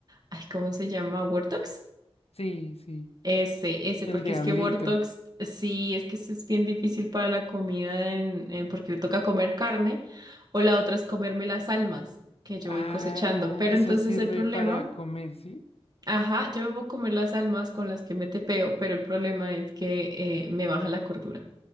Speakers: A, on the right (about 40°); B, on the left (about 70°).
A: ay, ¿cómo se llama? ¿Wortox?
B: sí, sí.
A: Ese, ese,
B: El
A: porque
B: diablito.
A: es que Wortox, sí, es que eso es bien difícil para la comida en, en- porque le toca comer carne, o la otra es comerme las almas que yo
B: Ah,
A: voy cosechando. Pero
B: eso
A: entonces
B: sirve
A: el problema,
B: para comer, ¿sí?
A: ajá, yo me puedo comer las almas con las que me tepeo, pero el problema es que eh, me baja la cordura.